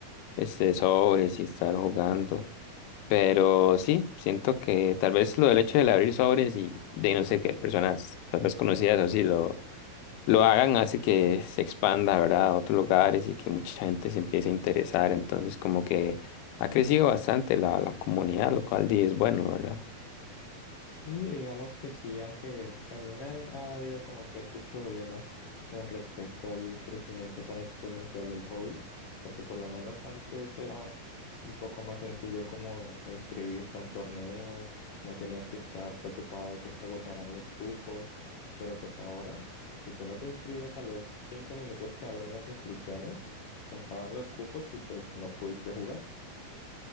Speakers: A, on the left; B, on the left.
A: este sobres y estar jugando. Pero sí, siento que tal vez lo del hecho de abrir sobres y de no sé qué personas tal vez conocidas o así lo, lo hagan hace que se expanda, ¿verdad? A otros lugares y que mucha gente se empiece a interesar. Entonces como que ha crecido bastante la, la comunidad, lo cual di es bueno, ¿verdad?
B: Sí, digamos que sí, aunque también hay- ha habido como ciertos problemas con respecto al crecimiento tan exponencial del hobby, porque por lo menos antes era un poco más sencillo como inscribirte a un torneo, no tenías que estar preocupado de que se agotaran los cupos, pero pues ahora, si tú no te inscribes a los cinco minutos que abren las inscripciones, se acaban los cupos y pues no pudiste jugar.